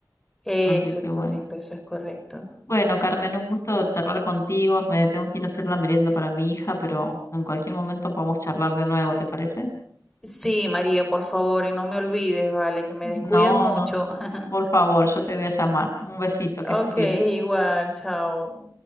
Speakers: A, in the centre; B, on the left.
A: Eso
B: Así que
A: es
B: bueno.
A: correcto, eso es correcto.
B: Bueno, Carmen, un gusto charlar contigo. Me tengo que ir a hacer la merienda para mi hija, pero en cualquier momento podemos charlar de nuevo, ¿te parece?
A: Sí, María, por favor, y no me olvides, vale, que me descuidas
B: No,
A: mucho.
B: no.
A: <laughs>
B: Por favor, yo te voy a llamar. Un besito, que
A: Ok,
B: estés bien.
A: igual, chao.